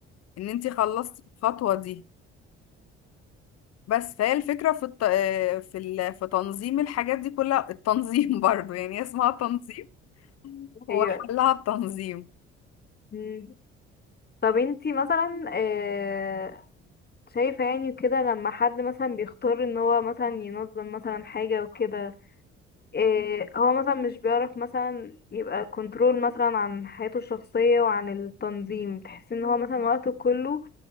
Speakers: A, on the left; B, on the left.
A: ان انت خلصتي الخطوه دي بس فهي الفكرة في الت... في ال... في تنظيم الحاجات دي كلها التنظيم <laughs> برضو يعني هي اسمها تنظيم هو
B: هي
A: حلها التنظيم
B: مم. طب انتي مثلا آه، شايفة يعني كده لما حد مثلا بيختار ان هو مثلا ينظم مثلا حاجة وكده آه، هو مثلا مش بيعرف مثلا يبقى كنترول مثلا عن حياته الشخصية وعن التنظيم تحس ان هو مثلا وقته كله